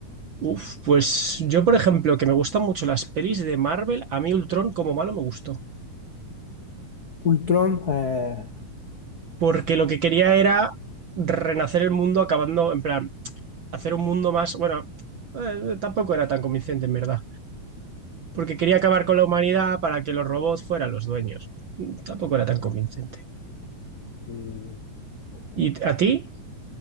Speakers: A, on the right (about 65°); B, on the left (about 80°).
A: Uf, pues yo, por ejemplo, que me gustan mucho las pelis de Marvel, a mí Ultron como malo me gustó.
B: Ultron. eh,
A: porque lo que quería era renacer el mundo acabando, en plan, hacer un mundo más, bueno, eh, tampoco era tan convincente en verdad, porque quería acabar con la humanidad para que los robots fueran los dueños. Mm, Tampoco era tan convincente.
B: mm. Mm, Tampoco.
A: ¿Y a ti?